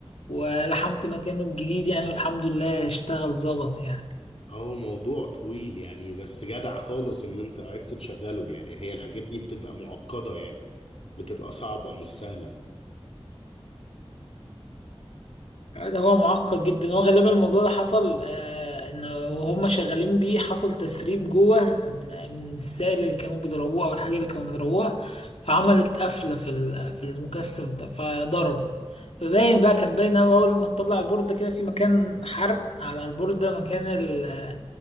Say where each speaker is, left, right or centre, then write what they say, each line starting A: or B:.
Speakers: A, on the left; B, on the left.
A: ولحمت مكانه الجديد يعني والحمد لله اشتغل ظبط يعني
B: اهو موضوع طويل يعني بس جدع خالص ان انت عرفت تشغله يعني هي الحاجات دي بتبقى معقدة يعني بتبقى صعبة مش سهلة
A: ده هو معقد جدا هو غالبا الموضوع ده حصل آه، ان وهم شغالين بيه حصل تسريب جوه من من السائل اللي كانوا بيضربوه او الحاجه اللي كانوا بيضربوها فعملت قفله في ال- في المكثف ده فضربت فباين بقى كان باين قوي اول ما تطلع البورده كده في مكان حرق على البورده مكان ال-